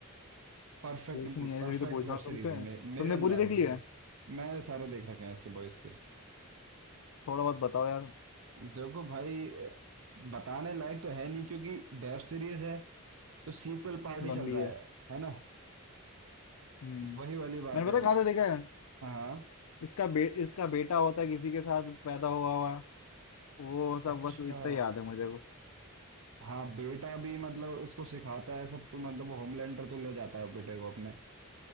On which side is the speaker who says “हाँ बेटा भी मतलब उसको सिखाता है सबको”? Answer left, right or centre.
Right